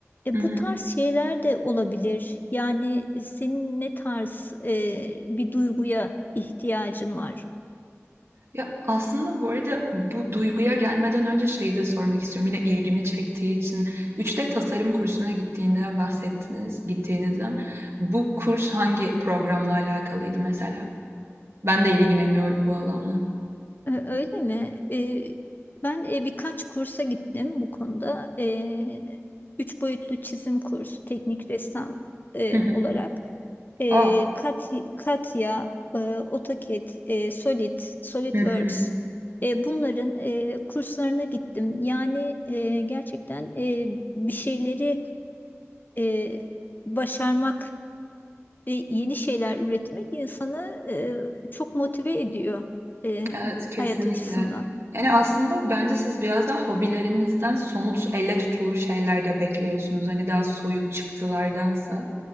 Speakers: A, on the left; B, on the right.
A: E,
B: Hı hı.
A: bu tarz şeyler de olabilir. Yani senin ne tarz e, bir duyguya ihtiyacın var?
B: Ya, aslında bu arada bu duyguya gelmeden önce şeyi de sormak istiyorum. Yine ilgimi çektiği için 3D tasarım kursuna gittiğinden bahsettiniz, gittiğinizden. Bu kurs hangi programla alakalıydı mesela? Ben de ilgileniyorum bu alanla.
A: Ö- Öyle mi? Ee, ben e, birkaç kursa gittim bu konuda. Ee, üç boyutlu çizim kursu, teknik ressam e,
B: Hı hı.
A: olarak. Ee,
B: A!
A: Kat Katya, e, AutoCAD, e, Solid, SolidWorks.
B: Hı hı.
A: E, bunların e, kurslarına gittim. Yani e, gerçekten e, bir şeyleri e, başarmak ve yeni şeyler üretmek insanı e, çok motive ediyor e,
B: Evet, kesinlikle.
A: hayat açısından.
B: Yani, aslında bence siz biraz daha hobilerinizden somut, elle tutulur şeyler de bekliyorsunuz. Hani, daha soyut çıktılardansa.